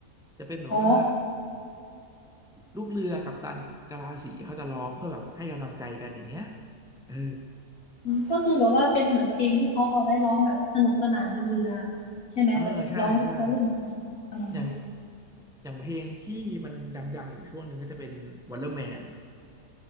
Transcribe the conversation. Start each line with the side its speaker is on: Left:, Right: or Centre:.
Centre: จะเป็นแบบว่า
Left: อ๋อ
Centre: ลูกเรือกัปตันกะลาสีเขาจะร้องเพื่อแบบให้กำลังใจกันอย่างเงี้ยเออ
Left: อืมก็คือแบบว่าเป็นเหมือนเพลงที่เขาเอาไว้ร้องแบบสนุกสนานบนเรือใช่ไหมแบบร้องแล้วเล่นอะไรทำนองนี้
Centre: เออใช่ใช่อย่างอย่างเพลงที่มันดังๆอยู่ช่วงหนึ่งก็จะเป็น Wonderman